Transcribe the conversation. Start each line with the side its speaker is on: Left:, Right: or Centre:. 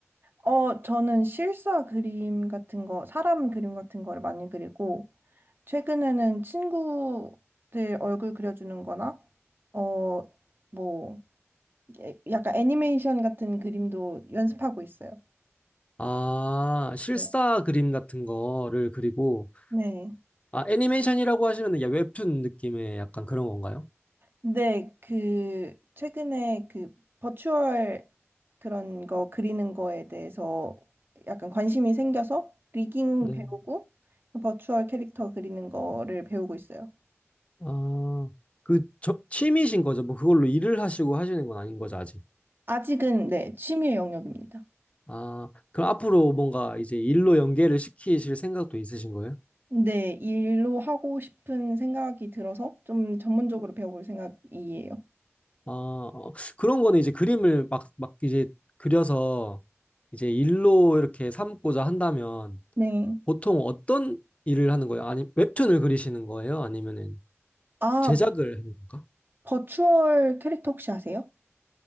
Right: 어, 저는 실사 그림 같은 거, 사람 그림 같은 거를 많이 그리고, 최근에는 친구들 얼굴 그려주는 거나, 어, 뭐, 예- 약간 애니메이션 같은 그림도 연습하고 있어요.
Left: 아, 실사
Right: 뭐.
Left: 그림 같은 거를 그리고,
Right: 네.
Left: 아, 애니메이션이라고 하시면 야, 웹툰 느낌의 약간 그런 건가요?
Right: 근데 그, 최근에 그, 버추얼 그런 거 그리는 거에 대해서 약간 관심이 생겨서, 리깅
Left: 네.
Right: 배우고, 버추얼 캐릭터 그리는 거를 배우고 있어요.
Left: 아, 그, 저, 취미신 거죠? 뭐 그걸로 일을 하시고 하시는 건 아닌 거죠, 아직?
Right: 아직은 네, 취미의 영역입니다.
Left: 아, 그럼 앞으로 뭔가 이제 일로 연계를 시키실 생각도 있으신 거예요?
Right: 근데 일로 하고 싶은 생각이 들어서 좀 전문적으로 배워볼 생각이에요.
Left: 아, 어, 그런 거는 이제 그림을 막, 막 이제 그려서 이제 일로 이렇게 삼고자 한다면,
Right: 네.
Left: 보통 어떤 일을 하는 거예요? 아니, 웹툰을 그리시는 거예요? 아니면은
Right: 아,
Left: 제작을 하는 건가?
Right: 버추얼 캐릭터 혹시 아세요?